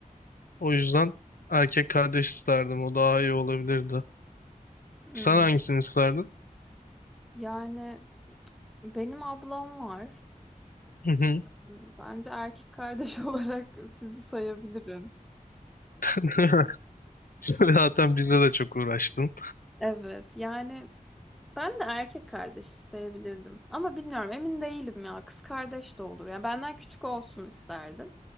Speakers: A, on the left (about 80°); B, in the centre.
A: O yüzden erkek kardeş isterdim. O daha iyi olabilirdi.
B: Hmm.
A: Sen hangisini isterdin?
B: Yani benim ablam var.
A: Hı hı.
B: Hmm, Bence erkek kardeş <laughs> olarak sizi sayabilirim.
A: <laughs> Sen Zaten bize de çok uğraştın.
B: Evet. Yani Ben de erkek kardeş isteyebilirdim. Ama bilmiyorum emin değilim ya. Kız kardeş de olur. Yani benden küçük olsun isterdim.